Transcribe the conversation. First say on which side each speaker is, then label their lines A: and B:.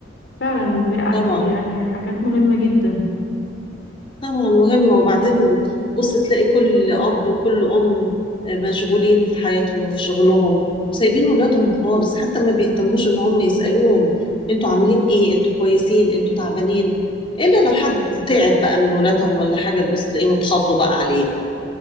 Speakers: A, on the left; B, on the left.
A: فعلا دي
B: طبعا
A: دي يعني حاجات مهمة جدا
B: طبعا مهمة وبعدين بص تلاقي كل أب وكل أم مشغولين في حياتهم وفي شغلهم وسايبين ولادهم خالص حتى ما بيهتموش إن هم يسألوهم أنتوا عاملين إيه أنتوا كويسين أنتوا تعبانين إلا لو حد تعب بقى من ولادهم ولا حاجة تبص تلاقيهم اتخضوا بقى عليه